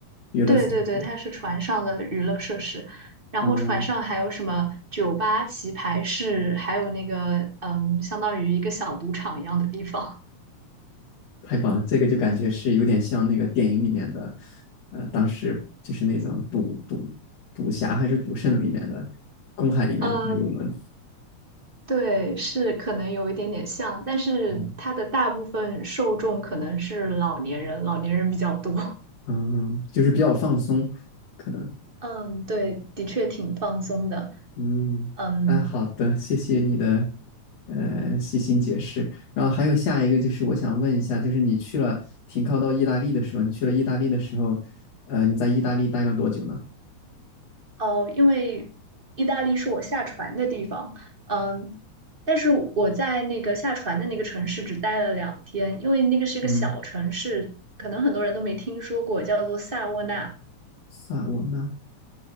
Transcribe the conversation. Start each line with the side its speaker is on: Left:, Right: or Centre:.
Left: 娱乐设施。
Right: 对对对，它是船上的娱乐设施，然后船上还有什么酒吧、
Left: 哦，
Right: 棋牌室，还有那个嗯，相当于一个小赌场一样的地方。
Left: 太棒了，这个就感觉是有点像那个电影里面的，呃，当时就是那种赌赌赌侠还是赌圣里面的公海里面的大游轮。
Right: 嗯，对，是可能有一点点像，但是它的大部分受众可能是老年人，
Left: 嗯，
Right: 老年人比较多。
Left: 嗯，就是比较放松，可能。
Right: 嗯，对，的确挺放松的。
Left: 嗯，
Right: 嗯，
Left: 啊，好的，谢谢你的呃细心解释。然后还有下一个就是我想问一下，就是你去了停靠到意大利的时候，你去了意大利的时候，呃，你在意大利待了多久呢？
Right: 哦，因为意大利是我下船的地方。嗯，但是我在那个下船的那个城市只待了两天，因为那个是个小城市，
Left: 嗯，
Right: 可能很多人都没听说过，叫做萨沃纳。
Left: 萨瓦纳，